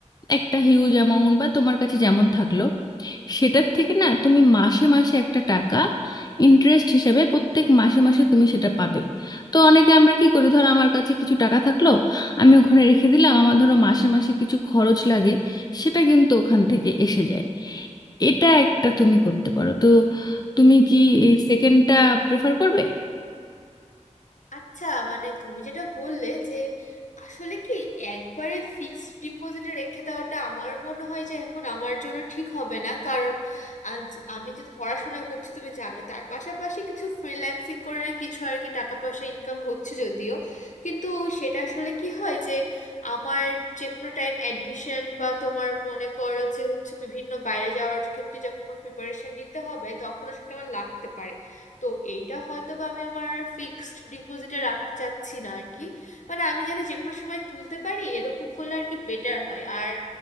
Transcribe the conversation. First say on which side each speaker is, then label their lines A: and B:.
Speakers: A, on the left; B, on the left.
A: একটা হিউজ অ্যামাউন্ট বা তোমার কাছে যেমন থাকলো সেটার থেকে না তুমি মাসে মাসে একটা টাকা ইন্টারেস্ট হিসেবে প্রত্যেক মাসে মাসে তুমি সেটা পাবে তো অনেকে আমরা কি করি ধর আমার কাছে কিছু টাকা থাকলো আমি ওখানে রেখে দিলাম আমার ধরো মাসে মাসে কিছু খরচ লাগে সেটা কিন্তু ওখান থেকে এসে যায় এটা একটা তুমি করতে পারো তো তুমি কি এই সেকেন্ডটা প্রেফার করবে
B: আচ্ছা মানে তুমি যেটা বললে যে আসলে কি একবারে ফিক্সড ডিপোজিটে রেখে দেওয়াটা আমার মনে হয় যে এখন আমার জন্য ঠিক হবে না কারণ আজ আমি যে পড়াশোনা করছি তুমি জানোই তার পাশাপাশি কিছু ফ্রিল্যান্সিং করে কিছু আর কি টাকা পয়সা ইনকাম হচ্ছে যদিও কিন্তু সেটা আসলে কি হয় যে আমার যে কোনো টাইম অ্যাডমিশন বা তোমার মনে করো যে হচ্ছে বিভিন্ন বাইরে যাওয়ার ক্ষেত্রে যখন আমার প্রিপারেশন নিতে হবে তখন সেটা আমার লাগতে পারে তো এইটা হয়তো বা আমি আমার ফিক্সড ডিপোজিটে রাখতে চাচ্ছি না আর কি মানে আমি যেন যে কোনো সময় তুলতে পারি এরকম করলে আর কি বেটার হয় আর